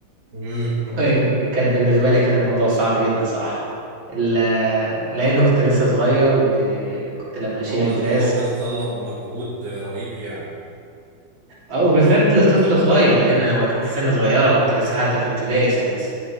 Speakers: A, on the right; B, on the right.
A: مم.
B: <laughs> كانت بالنسبة لي كان الموضوع صعب جدا صراحة ال- لأنه كنت لسه صغير وكنت لما أشيل
A: طبعا
B: الفاس
A: الموضوع بيتطلب مجهود رهيب يعني
B: اه وبالذات لطفل صغير لان هو كان في سن صغيره كنت لسه حتى في ابتدائي سادس